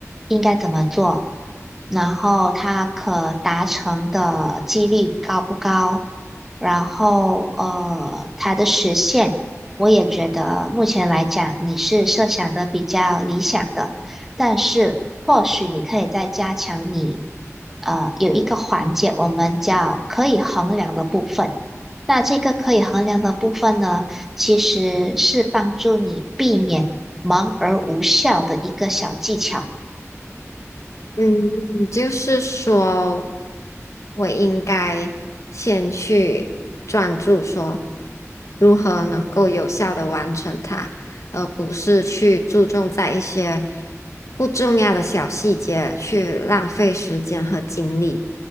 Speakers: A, in the centre; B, on the left (about 70°).
A: 应该怎么做，然后它可达成的几率高不高，然后呃它的实现，我也觉得目前来讲你是设想的比较理想的。但是或许你可以再加强你，呃，有一个环节我们叫可以衡量的部分。那这个可以衡量的部分呢，其实是帮助你避免忙而无效的一个小技巧。
B: 嗯，就是说，我应该先去专注，说如何能够有效的完成它，而不是去注重在一些不重要的小细节去浪费时间和精力。